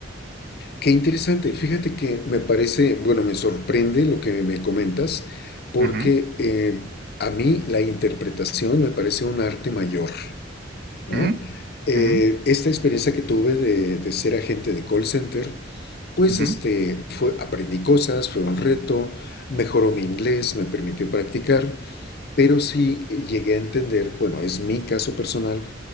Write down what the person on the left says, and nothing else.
Qué interesante. Fíjate que me parece, bueno, me sorprende lo que me comentas, porque
eh, a mí la interpretación me parece un arte mayor. ¿no?
Eh,
esta experiencia que tuve de, de ser agente de call center, pues
este, fue, aprendí cosas, fue un reto, mejoró mi inglés, me permitió practicar, pero sí llegué a entender, bueno, es mi caso personal,